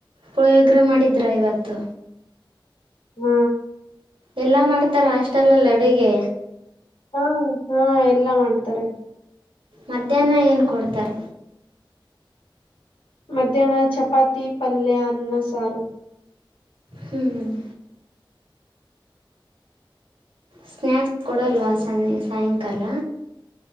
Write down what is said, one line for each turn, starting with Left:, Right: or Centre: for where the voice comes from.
Right: ಪುಳಿಯೋಗರೆ ಮಾಡಿದ್ರಾ ಇವತ್ತು.
Left: ಹ್ಮ
Right: ಎಲ್ಲಾ ಮಾಡ್ತಾರ ಹಾಸ್ಟಲ್ಲಲ್ಲಿ ಅಡುಗೆ.
Left: ಹಾ ಹಾ ಎಲ್ಲಾ ಮಾಡ್ತಾರೆ.
Right: ಮಧ್ಯಾಹ್ನ ಏನ್ ಕೊಡ್ತಾರೆ?
Left: ಮಧ್ಯಾಹ್ನ ಚಪಾತಿ ಪಲ್ಯ ಅನ್ನ ಸಾರು.
Right: ಹ್ಮ್ ಹ್ಮ್ ಸ್ನ್ಯಾಕ್ಸ್ ಕೊಡಲ್ವಾ ಸಯ್ -ಸಾಯಂಕಾಲ.